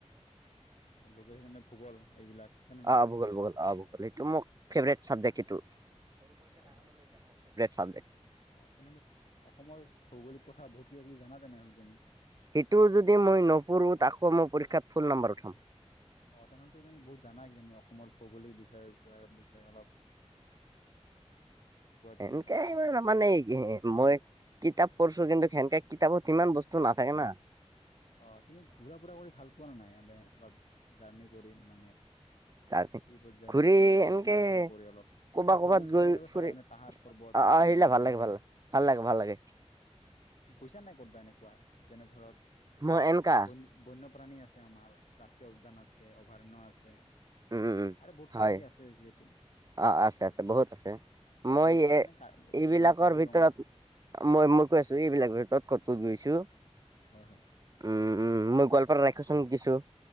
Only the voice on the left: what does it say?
জ'গ্ৰাফী মানে ভূগল এইবিলাক হয়নে নাই
হয়, হয়।
অ, তেনেহ'লে অসমৰ ভৌগলিক কথা বহুত কিবা কিবি জানা তেনেহ'লে তুমি
অ, তেনেহ'লেতো বহুত জানাই কি জানি অসমৰ ভৌগোলিক বিষয়ে বিষয়ে অলপ? <unintelligible> কি
অ তুমি ঘূৰা ফুৰা কৰি ভাল পোৱা নে নাই এনে অলপ জাৰ্ণি কৰিম মানে
ট্ৰিপত যায়,
মানে
ঘুৰা-ফুৰা কৰে অলপ। এ,
ভূগোল ঠাইবিলাকো
চাব
যোননে পাহাৰ পৰ্বত
নদ নদীবিলাক
অলপ।
কৈছা নাই ক'তবা এনেকুৱা যেনে ধৰক
বন্য বন্য প্ৰাণী আছে, আমাৰ জাতীয় উদ্যান আছে, অভয়াৰণ্য আছে।
আৰু বহুত
কিব- কিবি আছে যিহেতু।
ক'বাত
গৈছিলা নে কা
যেনে কাজিৰঙা
হয়, হয়।